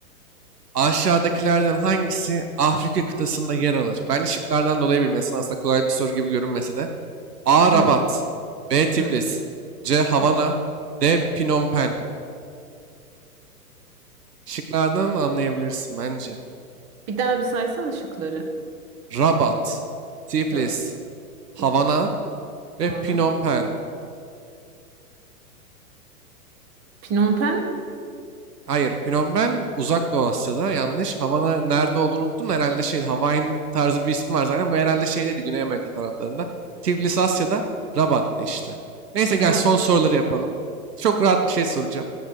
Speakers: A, on the right; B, on the right.
A: Aşağıdakilerden hangisi Afrika kıtasında yer alır? Ben şıklardan dolayı bilmesin. Aslında kolay bir soru gibi görünmese de. A. Rabat.
B: Hı,
A: B. Tiflis.
B: hı,
A: C. Havana.
B: hı.
A: D. Phnom Penh. Şıklardan anlayabilirsin bence.
B: Bir daha bir saysana şıkları.
A: Rabat, Tiflis,
B: Rabat. Tiflis.
A: Havana ve
B: Havana.
A: Phnom Penh.
B: Phnom Penh.
A: Hayır, Phnom Penh Uzak Doğu Asya'da. Yanlış. Havana nerede olduğunu unuttum. Herhalde şey Hawaiian tarzı bir ismi var zaten. Bu herhalde şeydeydi Güney Amerika taraflarında. Tiflis Asya'da, Rabat'ta işte. Neyse
B: Rabat.
A: gel son soruları yapalım. Çok rahat bir şey soracağım.